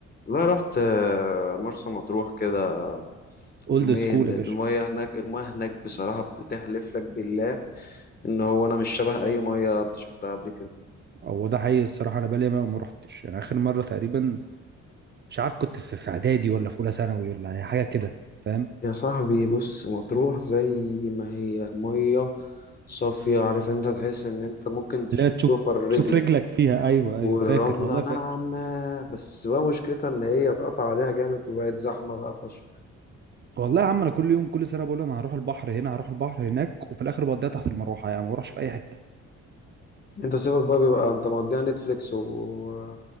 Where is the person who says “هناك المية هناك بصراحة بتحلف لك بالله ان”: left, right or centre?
Left